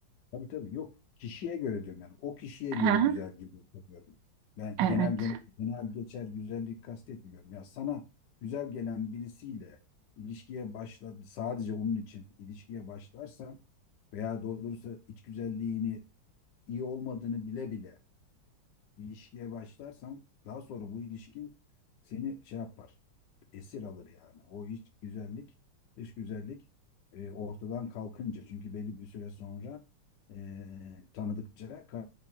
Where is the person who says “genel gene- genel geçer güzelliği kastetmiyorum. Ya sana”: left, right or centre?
Left